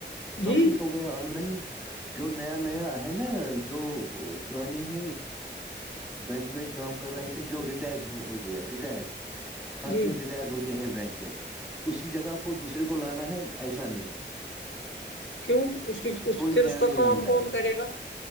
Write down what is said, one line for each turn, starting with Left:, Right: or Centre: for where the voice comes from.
Centre: سب
Left: جی
Centre: کچھ ہو گیا آن لائن جو نیا نیا ہے نا جو پرانے ہیں بینک میں کام کر رہے تھے جو ریٹائر ہوتے ہیں ریٹر ہر
Left: جی
Centre: دن ریٹائر ہوتے ہیں بینک میں اسی جگہ کو دوسرے کو لانا ہے ایسا نہیں ہے
Left: کیوں اس کی
Centre: کوئی
Left: پھر
Centre: نیا
Left: اس
Centre: نہیں
Left: کا کام
Centre: بنتا
Left: کون
Centre: ہے
Left: کرے گا